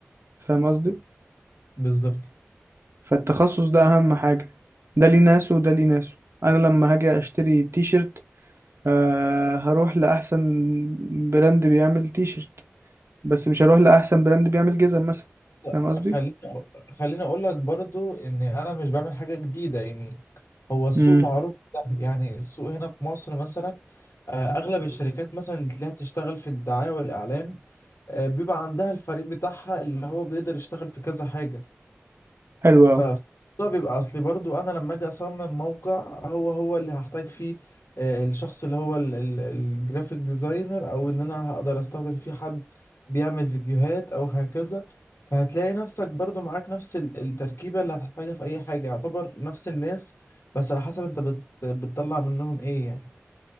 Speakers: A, on the right; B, on the left.
A: فاهم قصدي
B: بالظبط
A: فالتخصص ده اهم حاجه ده ليه ناس وده ليه ناس انا لما هاجي اشتري تيشرت آه هروح لأحسن براند بيعمل تيشرت بس مش هروح لأحسن براند بيعمل جزم مثلا
B: لا،
A: فاهم قصدي؟
B: خليني أقو- خليني أقول لك برضو إن أنا مش بعمل حاجة جديدة يعني هو السوق
A: امم
B: معروف ده يعني السوق هنا في مصر مثلا آه، أغلب الشركات مثلا اللي تلاقيها بتشتغل في الدعاية والإعلان آه، بيبقى عندها الفريق بتاعها اللي هو بيقدر يشتغل في كذا حاجة
A: حلو
B: ف
A: أوي
B: ده بيبقى اصلي برضو انا لما اجي اصمم موقع هو هو اللي هحتاج فيه آه، الشخص اللي هو الجرافيك ديزاينر او ان انا هقدر استخدم فيه حد بيعمل فيديوهات او هكذا فهتلاقي نفسك برضو معاك نفس ال- التركيبة اللي هتحتاجها في اي حاجة يعتبر نفس الناس بس على حسب انت بت... بتطلع منهم ايه يعني